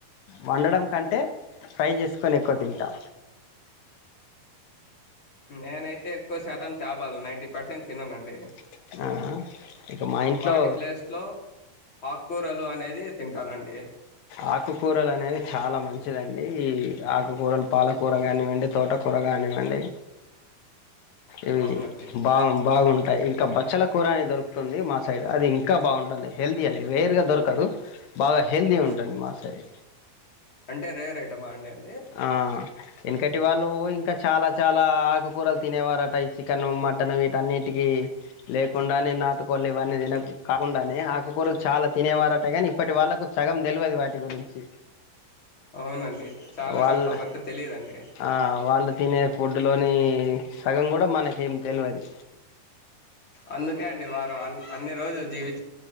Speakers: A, on the left; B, on the left.
A: వండడం కంటే ఫ్రై చేసుకొని ఎక్కువ
B: ఆ.
A: తింటా
B: నేనైతే ఎక్కువ శాతం చాపలు నైన్టీ పర్సెంట్ తిననండి
A: ఆ ఇక మా ఇంట్లో
B: వాటి ప్లేస్ లో ఆక్కూరలు అనేది తింటానండి
A: ఆకుకూరలు అనేవి చాలా మంచిదండి ఈ ఆకుకూరలు పాలకూర కానివ్వండి తోట కూర గానివ్వండి ఇవి
B: అవునండి
A: బావం బాగుం టాయి ఇంకా బచ్చల కూర అని దొరుకుతుంది మా సైడ్ అది ఇంకా బావుంటుంది హెల్దీ అది రేర్ గా దొరకదు బాగా హెల్దీ
B: ఆ,
A: ఉంటుంది మా సైడు
B: అంటే రేర్ ఐటమ్ ఆ అండి అది
A: ఆ ఎనకటి వాళ్ళు ఇంకా చాలా చాలా ఆకుకూరలు తినేవార ట ఈ చికెను మటను వీటన్నిటికీ లేకుండానే నాటుకోళ్ళు ఇవన్నీ తినకు కాకుండానే ఆకుకూరలు చాలా తినేవారట గానీ ఇప్పటి వాళ్ళకు సగం తెల్వది వాటి గురించి
B: అవునండి చాలా
A: అ వాళ్
B: శాతం వరకు తెలియదండి
A: ఆ వాళ్ళు తినే ఫుడ్ లోని సగం కూడా మనకేం తెల్వది
B: అందుకే అండి వారు అన్ అన్ని రోజులు జీవి